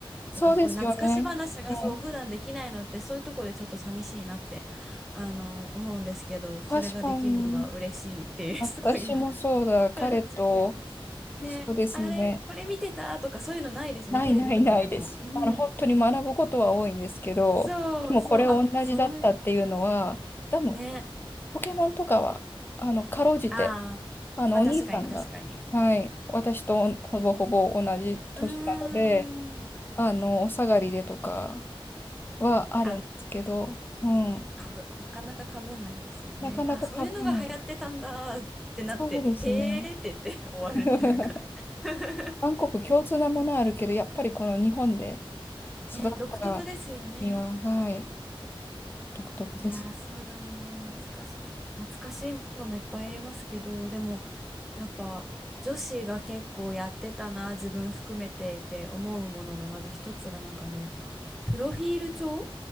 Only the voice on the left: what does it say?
そうですよね。
うん。確かに、私もそうだ。
彼と、
そうですね。ないないないです。
あの、本当に学ぶことは多いんですけど、
でもこれ同じだったっていうのは、多分、
ポケモンとかは、あの、かろうじて、
あの、お兄さんが、はい、私とほぼほぼ同じ年なので、
あの、お下がりでとかはあるんですけど、
うん。
なかなか被らない。
そうですね。
<laughs>
韓国共通なものはあるけど、やっぱりこの日本で
育った
身は、はい、独特です。